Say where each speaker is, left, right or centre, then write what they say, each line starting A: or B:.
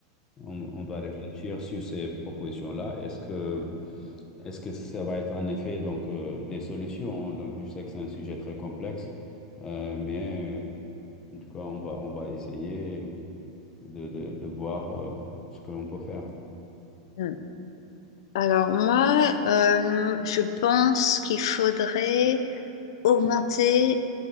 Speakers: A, on the left; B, on the left.
A: On, on va réfléchir sur ces propositions-là. Est-ce que, est-ce que ça va être en effet donc euh, des solutions? hein? Donc, je sais que c'est un sujet très complexe, euh, mais euh, en tout cas, on va, on va essayer de, de, de voir euh, ce que l'on peut faire.
B: Mm. Alors moi, euh, je pense qu'il faudrait augmenter